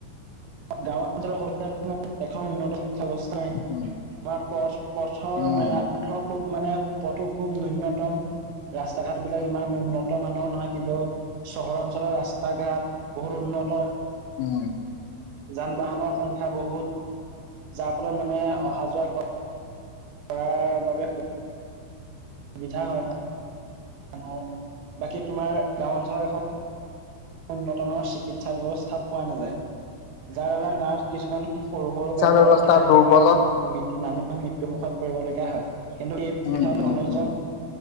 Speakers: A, on the right; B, on the left.
A: গাঁও অঞ্চলৰ স, এখন উন্নত শিক্ষস্থা নাই
B: উম
A: আমাৰ পথ-পথৰ
B: উম
A: মেৰা পথৰ খুব মানে পথটো খুব <unintelligible> ৰাস্তা ঘাট বিলাক ইমান উন্নত মানৰ নহয়। কিন্তু চহৰ অঞ্চলৰ ৰাস্তা ঘাট বহুত উন্নত
B: উম।
A: যান বাহনৰ সংখ্যা বহুত যাৰ ফলত মানে অহা যোৱোৱা কৰাৰ বাবে সুবিধা হয় মানুহৰ বাকী তোমাৰ গাঁও অঞ্চলত এ উন্নত মানৰ চিকিৎসা ব্যৱস্থা পোৱা নাযায়, যাৰ দ্বাৰা গাঁত কিছুমান সৰু, সৰু বেমাৰতে
B: ব্যৱস্থা দুৰ্বলত
A: তোমাৰ ম-মানুহ মৃত্যু মুুখত পৰিবলগীয়া হয়। কিন্তু সেই
B: উম
A: বিশাল
B: উম
A: মানুহজন
B: উম